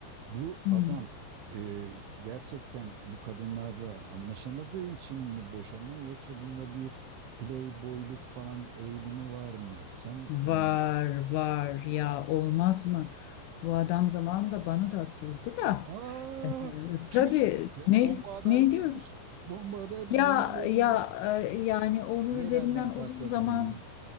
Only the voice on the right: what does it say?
Bu
adam e, gerçekten bu kadınlarla anlaşamadığı için mi boşanıyor yoksa bunda bir playboyluk falan eğilimi var mı? Sen
ne-
Aa,
çüş,
be-
bomba haber
buymuş.
Bomba haber bu.
Benim haberim
yok.
Niye
benden sakladın
ya?